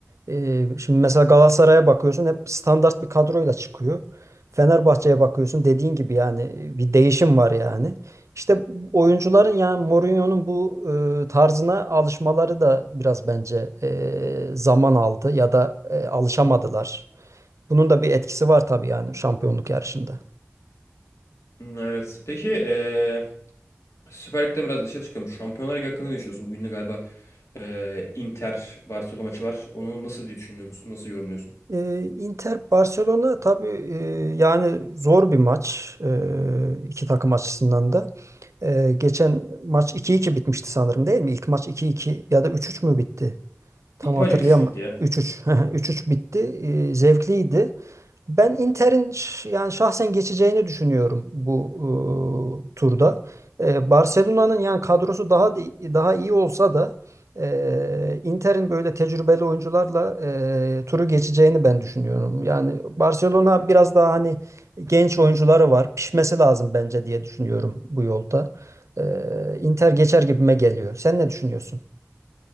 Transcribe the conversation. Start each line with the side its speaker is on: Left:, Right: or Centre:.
Right: Ee, şimdi mesela Galatasaray'a bakıyorsun hep standart bir kadroyla çıkıyor. Fenerbahçe'ye bakıyorsun dediğin gibi yani bir değişim var yani. İşte oyuncuların yani Mourinho'nun bu e, tarzına alışmaları da biraz bence e, zaman aldı ya da e, alışamadılar. Bunun da bir etkisi var tabii yani şampiyonluk yarışında.
Left: Hmm, Evet. Peki eee Süper Lig'den biraz dışarı çıkalım. Şampiyonlar Ligi hakkında ne düşünüyorsun? Bugün de galiba eee Inter Barcelona maçı var. Onu nasıl diye düşünüyorsun? Nasıl yorumluyorsun?
Right: Ee, Inter Barcelona tabii e, yani zor bir maç e, iki takım açısından da. E, geçen maç iki iki bitmişti sanırım değil mi? İlk maç iki iki ya da üç üç mü bitti? Tam
Left: İlk
Right: hatırlayamadım.
Left: maç üç 3 bitti ya.
Right: üç üç <laughs> üç üç bitti. E, zevkliydi. Ben Inter'in ş- yani şahsen geçeceğini düşünüyorum bu e, turda. E, Barcelona'nın yani kadrosu daha da- daha iyi olsa da e, Inter'in böyle tecrübeli oyuncularla e, turu geçeceğini ben düşünüyorum. Yani Barcelona biraz daha hani genç oyuncuları var. Pişmesi lazım bence diye düşünüyorum bu yolda. E, Inter geçer gibime geliyor. Sen ne düşünüyorsun?